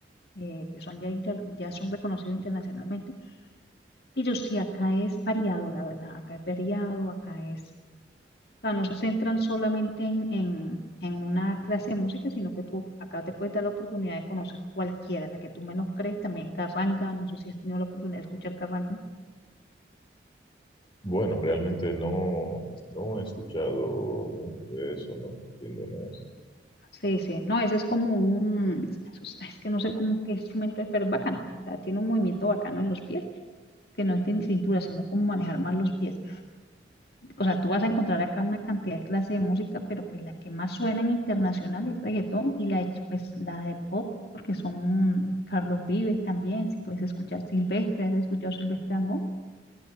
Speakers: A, on the left (about 60°); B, on the left (about 30°).
A: eh, que son ya, inter- ya son reconocidos internacionalmente pero sí, acá es variado, la verdad, acá es variado, acá es, o sea, no se centran solamente en, en, en una clase de música, sino que tú acá te puedes dar la oportunidad de conocer cualquiera, la que tú menos crees, también Carranga, no sé si has tenido la oportunidad de escuchar Carranga.
B: bueno, realmente no, no he escuchado mucho de eso, ¿no? Siendo honesto.
A: Sí, sí, no, ese es como un, eso es es que no sé cómo qué instrumento es, pero es bacana, o sea, tiene un movimiento bacano en los pies, que no es de cintura, sino cómo manejar más los pies. o sea, tú vas a encontrar acá una cantidad de clases de música, pero pues la que más suena internacional es reggaetón y la de, ch- pues, la de pop, porque son Carlos Vives también, si puedes escuchar Silvestre, ¿has escuchado Silvestre Dangond?